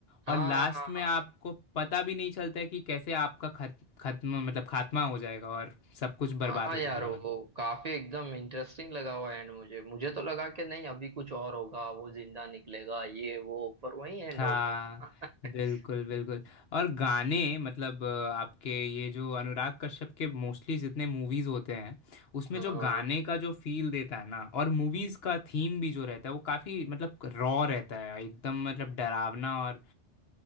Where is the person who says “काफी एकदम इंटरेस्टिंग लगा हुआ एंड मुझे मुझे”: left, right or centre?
Right